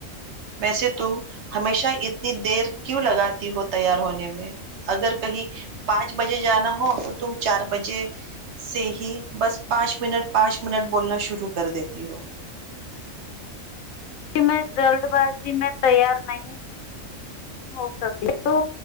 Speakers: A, on the right (about 60°); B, on the left (about 85°).
A: ویسے تم ہمیشہ اتنی دیر کیوں لگاتی ہو تیار ہونے میں اگر کہیں پانچ بجے جانا ہو تو تم چار بجے سے ہی بس پانچ منٹ پانچ منٹ بولنا شروع کر دیتی ہو
B: میں جلد بازی میں تیار نہیں ہو سک تو